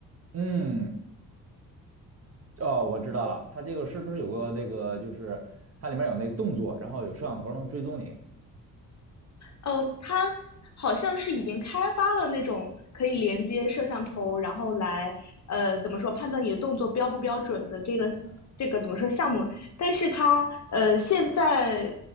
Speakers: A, on the right (about 30°); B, on the left (about 35°).
A: 嗯。哦，我知道了，它这个是不是有个那个，就是它里面有那动作，然后有摄像头能追踪你。
B: 呃，它好像是已经开发了那种可以连接摄像头，然后来呃怎么说判断你的动作标不标准的这个这个怎么说项目，
A: 嗯
B: 但是它呃现在